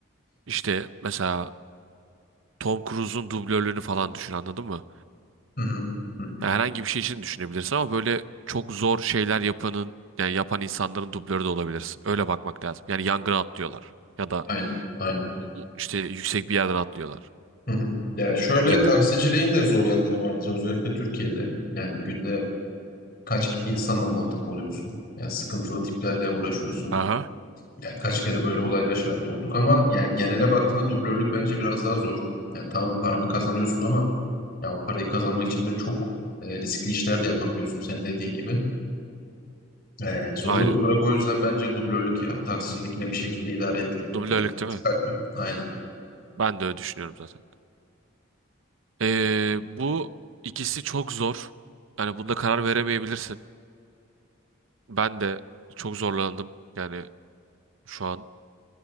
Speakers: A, on the right (about 75°); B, on the left (about 45°).
A: İşte mesela Tom Cruise'un dublörlüğünü falan düşün anladın mı?
B: Hı hı. Hı hı.
A: Ya herhangi bir şey için düşünebilirsin ama böyle çok zor şeyler yapanın yani yapan insanların dublörü de olabilirsin. Öyle bakmak lazım. Yani yangına atlıyorlar ya da
B: Aynen. Aynen.
A: u- u- işte yüksek bir yerden atlıyorlar
B: Hı hı. Ya şöyle
A: gibi.
B: taksiciliğin de zor yanları vardır özellikle Türkiye'de. Yani günde kaç insanla muhatap oluyorsun? Ya sıkıntılı tiplerle uğraşıyorsun.
A: Aha.
B: Ya kaç kere böyle olaylara şahit olduk ama yani genele baktığında dublörlük bence biraz daha zor. Yani tamam paranı kazanıyorsun ama ya o parayı kazanmak için de çok e, riskli işler de yapabiliyorsun senin dediğin gibi. E, zorluk
A: Aynen.
B: olarak o yüzden bence dublörlük ya taksicilik ne bir şekilde idare edilir.
A: Dublörlük
B: Yani,
A: değil mi?
B: aynen.
A: Ben de öyle düşünüyorum zaten. Ee, bu ikisi çok zor. Yani bunda karar veremeyebilirsin. Ben de çok zorlandım yani şu an.